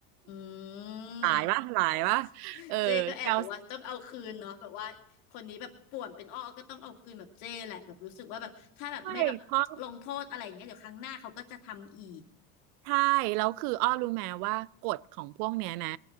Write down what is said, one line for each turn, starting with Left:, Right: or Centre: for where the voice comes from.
Left: อืม
Right: หลายวะหลายวะเออเกา
Left: เจ้ก็แอบแบบว่าต้องเอาคืนเนาะแบบว่าคนนี้แบบป่วนเป็นอ้อก็ต้องเอาคืนแบบเจ้แหละแบบรู้สึกว่าแบบถ้าแบบไม่แบบลงโทษอะไรอย่างเงี้ยเดี๋ยวครั้งหน้าเขาก็จะทำอีก
Right: ไม่เพราะ ใช่แล้วคืออ้อรู้ไหมว่ากฎของพวกเนี้ยนะ